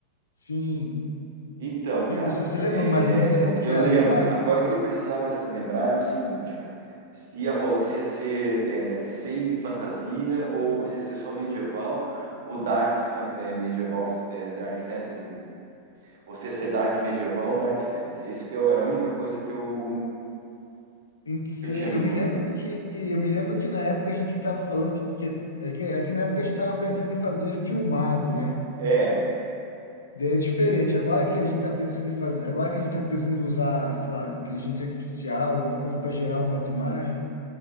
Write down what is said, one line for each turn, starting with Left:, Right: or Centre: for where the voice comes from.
Left: Sim.
Right: Então, cara,
Left: E você se
Right: é,
Left: lembra mais ou menos qual que
Right: eu
Left: era
Right: lembro.
Left: da vibe?
Right: Agora, o que eu precisava sa- lembrar era o seguinte, cara. Se ia rolar, se ia ser é, sem fantasia ou se ia ser só medieval ou dark fa- é, medieval, é, dark fantasy, ou se ia ser dark medieval ou dark fantasy. Isso que eu- era a única coisa que eu,
Left: Em que cê-
Right: que eu tinha dúvida.
Left: eu me lembro que eu me lembro que na época a gente estava falando que, que- é que, é que na época a gente estava pensando em fazer filmado, né?
Right: É,
Left: Daí é diferente. Agora que a gente está pensando em fazer, agora que a gente está pensando em usar, sei lá, inteligência artificial, alguma coisa para gerar umas imagens.